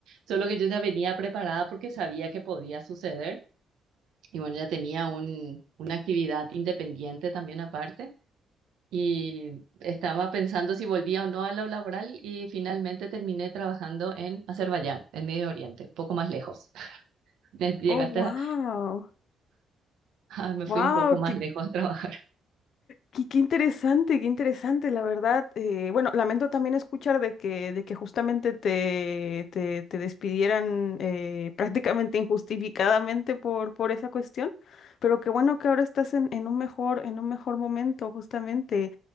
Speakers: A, on the right; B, on the left.
A: solo que yo ya venía preparada porque sabía que podía suceder. Y bueno, ya tenía un, una actividad independiente también aparte y estaba pensando si volvía o no a lo laboral y finalmente terminé trabajando en Azerbaiyán, en Medio Oriente, un poco más lejos. <laughs> Me- Llegaste
B: Oh, wow.
A: a, ah, me fui
B: Wow,
A: un poco más lejos a trabajar
B: Qué, qué interesante, qué interesante, la verdad. Eh, bueno, lamento también escuchar de que, de que justamente te, te, te despidieran eh, <laughs> prácticamente injustificadamente por, por esa cuestión, pero qué bueno que ahora estás en, en un mejor, en un mejor momento, justamente,